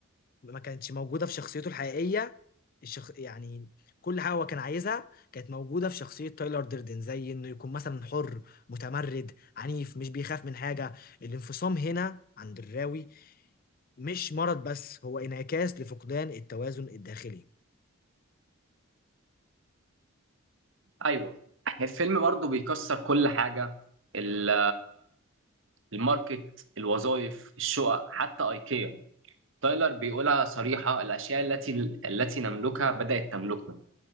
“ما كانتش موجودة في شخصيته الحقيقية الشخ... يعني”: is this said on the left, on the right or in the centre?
Left